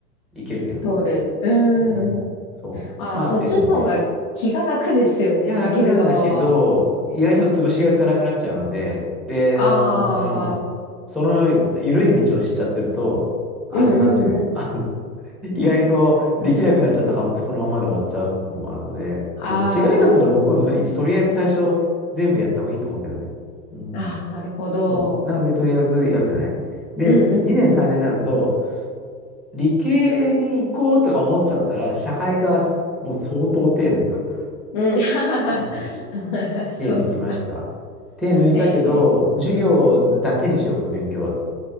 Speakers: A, in the centre; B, on the left.
A: いけるけどね。
B: 通る。うん。
A: うん。そう。
B: あ、
A: まあ、
B: そっちの方が気が楽ですよね。
A: でもね。いや、
B: 受ける側は。
A: 楽なんだけど、意外と潰しがいかなくなっちゃうので、
B: うん。
A: で、
B: ああ、
A: あの、うん。その緩い道を知っちゃってると、あの、
B: うんうんうん。
A: なんていうの、<laughs> あの、意外とできなくなっちゃった科目、そのままで終わっちゃうこともあるので、どっちがいいかったら僕は、
B: あ
A: とりあえず最初、全部やった方がいいと思うけどね。うん。
B: あ、ああ、なるほど。
A: そう。なので、とりあえずやるじゃないで、
B: うんうん。
A: 2年3年になると、理系に行こうとか思っちゃったら、社会科はもう相当手抜く。
B: うん。<laughs>
A: うん
B: そうか。
A: 手抜きました。手抜いたけど、
B: ええ
A: 授業だけにしようと勉強はと。